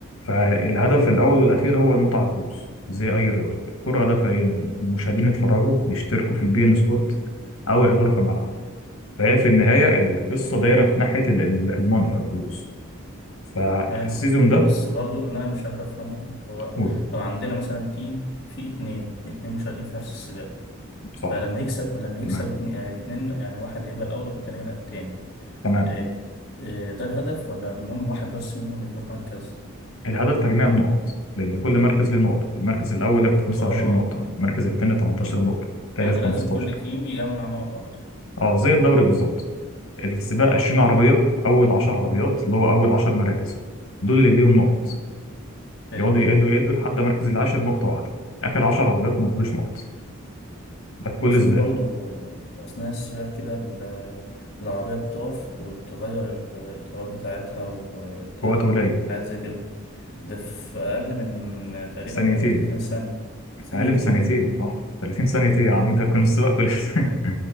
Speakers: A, on the left; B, on the left.
A: فالهدف الاول والاخير هو المتعه الفلوس زي اي رياضه الكره هدفها ايه ان المشاهدين يتفرجوا ويشتركوا في البي ان سبورت او يحضروا في الملعب فهي في النهايه القصه دايره في ناحيه ال- ال- الموني او الفلوس فالسيزون
B: فاهم
A: ده
B: بس برضو اللي انا مش قادر افهمه اللي هو
A: قول
B: لو عندنا مثلا تيم فيه اتنين اتنين مشاركين في نفس السباق
A: صح
B: فلما يكسب لما يكسب
A: تمام
B: اتنين يعني الاتنين يعني واحد يبقى الاول والتاني يبقى التاني
A: تمام
B: إيه إيه ده الهدف ولا المهم واحد بس منهم يكون مركز
A: الهدف تجميع النقط لأن كل مركز ليه نقطة المركز الأول ياخد 25
B: اه
A: نقطة المركز الثاني 18 نقطة الثالث
B: يعني
A: 15
B: لازم كل تيم يجمع نقط اكتر
A: اه زي الدوري بالظبط السباق
B: اه
A: 20 عربية أول 10 عربيات اللي هو أول 10 مراكز دول اللي ليهم نقط
B: فهمت
A: يقعدوا يقلوا
B: اه
A: يقلوا لحد مركز العاشر نقطة واحدة آخر 10 عربيات ما ياخدوش نقط ده في كل
B: وشوف
A: سباق
B: برضو اثناء السباق كده ال- العربية بتقف وتغير الاطارات بتاعتها وتقريبا
A: في وقت قليل
B: حاجة زي كده ده في اقل من تقريبا
A: ثانيتين
B: من 30 ثانية ثانيتين
A: أقل من ثانيتين اه 30 ثانية إيه يا عم ده كان السباق خلص <laughs>